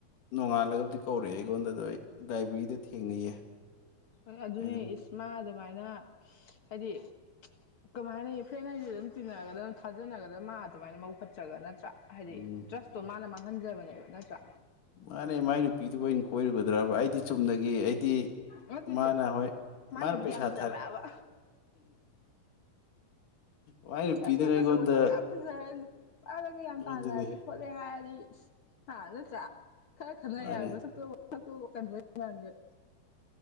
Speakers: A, on the left; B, on the left.
A: ꯅꯣꯡꯉꯥꯜꯂꯒꯕꯨꯗꯤ ꯀꯧꯔꯛꯑꯦ ꯑꯩꯉꯣꯟꯗꯗꯣ ꯑꯩ ꯂꯥꯏꯕ꯭ꯔꯦꯔꯤꯗ ꯊꯦꯡꯅꯩꯌꯦ
B: ꯍꯣꯏ ꯑꯗꯨꯅꯦ
A: ꯑꯩ ꯑꯗꯨꯝ
B: ꯏꯁ ꯃꯥ ꯑꯗꯨꯃꯥꯏꯅ ꯗ ꯍꯥꯏꯗꯤ ꯀꯃꯥꯏꯅ ꯐ꯭ꯔꯦꯟ ꯍꯥꯏꯁꯤꯗꯤ ꯑꯗꯨꯝ ꯇꯤꯟꯅꯒꯗꯕꯅꯤ ꯊꯥꯖꯅꯒꯗꯕꯅꯤ ꯃꯥ ꯑꯗꯨꯃꯥꯏꯅ ꯃꯕꯨꯛ ꯐꯠꯇꯔꯒ ꯅꯠꯇ꯭ꯔꯥ ꯍꯥꯏꯗꯤ
A: ꯎꯝ
B: ꯇ꯭ꯔꯁꯠꯇꯣ ꯃꯥꯅ ꯃꯥꯡ ꯍꯟꯖꯕꯅꯦꯕ ꯅꯠꯇ꯭ꯔ
A: ꯃꯥꯅꯦ ꯃꯥꯏ ꯅꯨꯄꯤꯗꯨꯕꯨ ꯑꯩꯅꯥ ꯀꯣꯏꯔꯨꯒꯗ꯭ꯔꯕ ꯑꯩꯗꯤ ꯆꯨꯝꯅꯒꯤ ꯑꯩꯗꯤ
B: ꯅꯠꯇ꯭ꯔꯗꯤ
A: ꯃꯥꯅ ꯍꯣꯏ
B: ꯃꯥ
A: ꯃꯥꯅ
B: ꯅꯨꯄꯤꯗꯤ
A: ꯄꯩꯁꯥ
B: ꯌꯥꯝ ꯐꯖꯕ꯭ꯔꯕ
A: ꯊꯥꯔꯛ ꯃꯥꯏ ꯅꯨꯄꯤꯗꯨꯅ
B: ꯆꯊꯤ
A: ꯑꯩꯉꯣꯟꯗ
B: ꯃꯁꯛ ꯃꯇꯧ ꯌꯥꯝ ꯐꯖꯔꯗꯤ ꯅꯨꯄꯥꯅꯒ ꯌꯥꯝ ꯇꯥꯅꯔꯦ
A: ꯑꯗꯨꯅꯤ
B: ꯈꯣꯠꯂꯦ ꯍꯥꯏꯔꯗꯤ ꯍꯥ ꯅꯠꯇꯔꯥ ꯈꯥ ꯈꯅ
A: ꯃꯥꯅꯦ
B: ꯌꯥꯏ ꯃꯁꯛꯇꯨ ꯃꯁꯛꯇꯨꯒꯥ ꯀꯟꯒꯔ꯭ꯦ ꯃꯟꯒꯩ